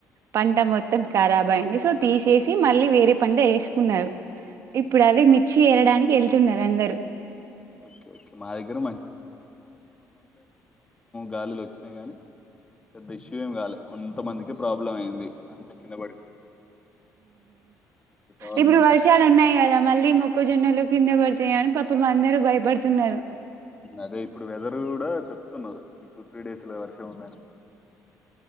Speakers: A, on the right; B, on the left.
A: పంట మొత్తం ఖరాబ్ అయింది సో తీసేసి మళ్ళీ వేరే పంట వేసుకున్నారు ఇప్పుడు అదే మిర్చి ఏరడానికి వెళ్తున్నారు అందరు
B: ఓకే ఓకే మా దగ్గర గాలిలు వచ్చినాయి గాని పెద్ద ఇష్యూ ఏమి కాలేదు కొంతమందికి ప్రాబ్లం అయింది అంత <unintelligible> మిగతా వాళ్ళు
A: ఇప్పుడు
B: మంచిగనే
A: వర్షాలు ఉన్నాయి కదా మళ్ళీ ము ఎక్కువ జొన్నలు కింద పడతాయ అని పాపమ అందరూ భయపడుతున్నారు
B: అదే ఇప్పుడు వెదర్ కూడా చెప్తున్నారు ఈ టూ త్రీ డేస్ లో వర్షం ఉంద